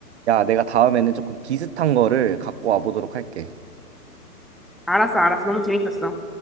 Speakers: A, on the right; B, in the centre.
A: 야, 내가 다음에는 조금 비슷한 거를 갖고 와보도록 할게.
B: 알았어, 알았어. 너무 재밌었어.